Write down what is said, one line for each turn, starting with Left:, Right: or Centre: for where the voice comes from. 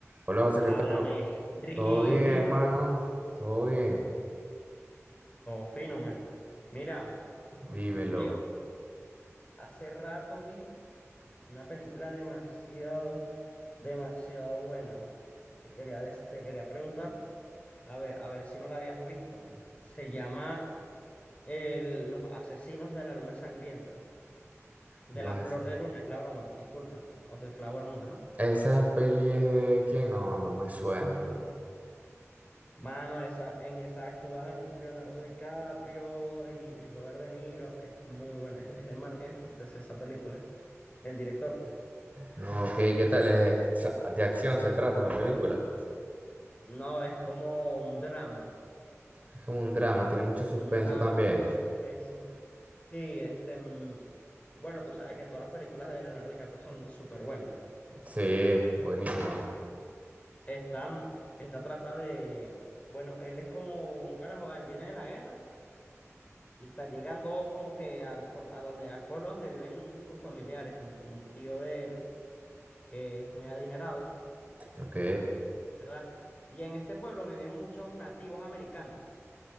Right: Hola José,
Left: Háblame,
Right: ¿qué tal? Co-
Left: Todo- Riguito,
Right: ¿Todo bien, mano? ¿Todo bien?
Left: fino, marico. Mira,
Right: Dímelo.
Left: ahí- hace rato vi una película demasiado, demasiado buena. mo. Te quería, des- te quería preguntar, a ver, a ver si no la habías visto, man. Se llama el- Los Asesinos de la Luna Sangrienta. De
Right: Lo
Left: la
Right: hace.
Left: Flor de Luna, es la broma, disculpa. Of the Flower Moon, ajá.
Right: ¿Esa peli es de quién? No, no me suena, bro.
Left: Mano, esa, en esa actúan Leonardo DiCaprio y, y Robert De Niro. Es muy buena. Es, es de Martin Scorsese esa película. El director, pues.
Right: No, ok, ¿qué tal? Es- sa- de acción se trata la película.
Left: No, es como un drama,
Right: Es como un drama, tiene mucho suspenso
Left: como un drama,
Right: también.
Left: así un suspenso. Sí, este, mm, bueno, tú sabes que todas las películas de Leonardo DiCaprio son súper buenas.
Right: Sí, buenísima.
Left: Esta, mm, esta trata de, bueno, él es como un carajo, él viene de la guerra y está llegando como que al, por- a donde, al pueblo donde viven sus familiares, un, un tío de él que es muy adinerado,
Right: Ok.
Left: ¿verdad? Y en este pueblo viven muchos nativos americanos.